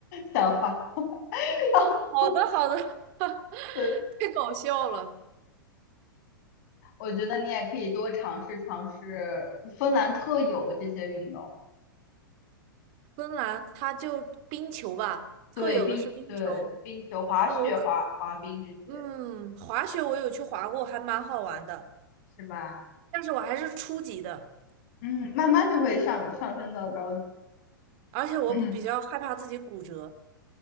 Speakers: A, on the left; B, on the right.
A: 想法。<laughs>
B: 好的好的，<laughs>
A: 对。
B: 太搞笑了。
A: 我觉得你也可以多尝试尝试芬兰特有的这些运动，
B: 芬兰它就冰球吧，
A: 对冰对冰球、
B: 特有的是冰球。
A: 滑雪、
B: 那我可，
A: 滑滑冰这些，
B: 嗯，滑雪我有去滑过，还蛮好玩的，
A: 是吧？
B: 但是我还是初级的，
A: 嗯，慢慢就会上上升到高级，
B: 而且我比比较害怕自己骨折。
A: <laughs>